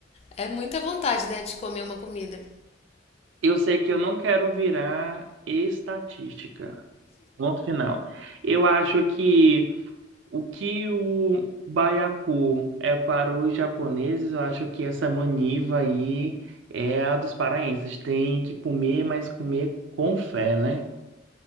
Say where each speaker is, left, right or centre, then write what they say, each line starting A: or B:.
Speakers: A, on the left (about 35°); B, on the right (about 65°).
A: É muita vontade, né, de comer uma comida.
B: Eu sei que eu não quero virar estatística. Ponto final. Eu acho que o que o baiacu é para os japoneses, eu acho que essa maniva aí é a dos paraenses. Tem que comer, mas comer com fé, né?